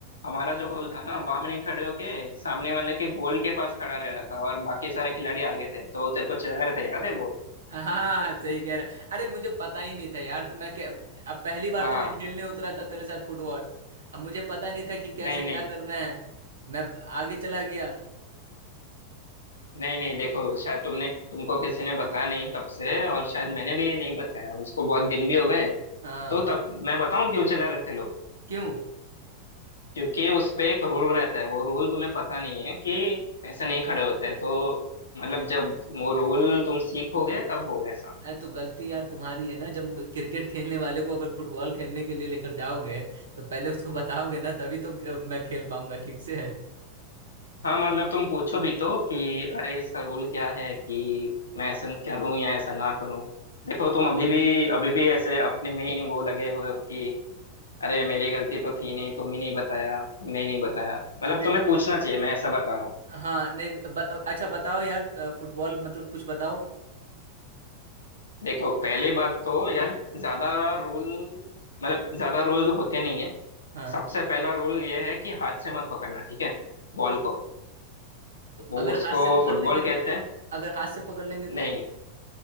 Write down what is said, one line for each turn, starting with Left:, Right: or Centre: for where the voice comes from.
Left: हमारा जो गोल था ना वहां में नहीं खड़े होके सामने वाले के गोल के पास खड़ा रह रहा था और बाकी सारे खिलाड़ी आगे थे तो तेरे को चिल्ला रहे थे याद है वो
Right: हाँ सही कह रहा अरे मुझे पता ही नहीं था यार तो मैं क्या- अब पहली बार
Left: हाँ
Right: तो मैं खेलने उतरा था तेरे साथ फुटबॉल अब मुझे पता नहीं था कि कैसे
Left: नहीं
Right: क्या
Left: नहीं
Right: करना है मैं आगे चला गया
Left: नहीं नहीं देखो शायद तुमने तुमको किसी ने बताया नहीं तब से और शायद मैंने भी नहीं बताया उसको बहुत दिन भी हो गए
Right: हाँ
Left: तो तब मैं बताऊं क्यों चिल्ला रहे थे लोग
Right: क्यों
Left: क्योंकि उस पे एक रूल रहता है वो रूल तुम्हें पता नहीं है कि पैसे नहीं खड़े होते हैं तो मतलब जब वो रूल तुम सीखोगे तब होगा ऐसा
Right: अरे तो गलती यार तुम्हारी है ना जब क्रिकेट खेलने वाले को अगर फुटबॉल खेलने के लिए लेकर जाओगे तो पहले उसको बताओगे ना तभी तो अ, मैं खेल पाऊंगा ठीक से नहीं
Left: हाँ मतलब तुम पूछो भी तो कि अरे इसका रूल क्या है कि मैं ऐसा करूं या ऐसा ना करूं देखो तुम अभी भी अभी भी ऐसे अपने में ही वो लगे हुए हो कि अरे मेरी गलती तो थी नहीं तुम ही नहीं बताया तुमने ही नहीं बताया मतलब
Right: नहीं
Left: तुम्हें पूछना चाहिए मैं ऐसा बता रहा हूँ
Right: हाँ नहीं ब, अच्छा बताओ यार अ, फुटबॉल मतलब कुछ बताओ
Left: देखो पहली बात तो यार ज्यादा रूल मतलब ज्यादा रूल होते नहीं है
Right: हाँ
Left: सबसे पहला रूल ये है कि हाथ से मत पकड़ना ठीक है बॉल को
Right: तो
Left: वो
Right: अगर
Left: उसको
Right: हाथ से पकड़
Left: फुटबॉल
Right: लेंगे तो
Left: कहते हैं
Right: अगर हाथ से पकड़ लेंगे
Left: नहीं
Right: तो